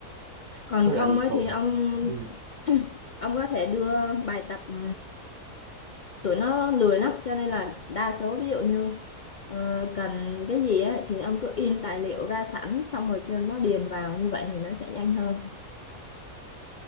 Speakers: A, on the left; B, on the right.
A: còn
B: với
A: không
B: lại thường
A: ấy
B: thường
A: thì ông
B: ừ,
A: <clears throat> ông có thể đưa bài tập ừ, tụi nó lười lắm cho nên là đa số ví dụ như ờ, cần cái gì ấy, thì ông cứ in tài liệu ra sẵn xong rồi kêu nó điền vào như vậy thì nó sẽ nhanh hơn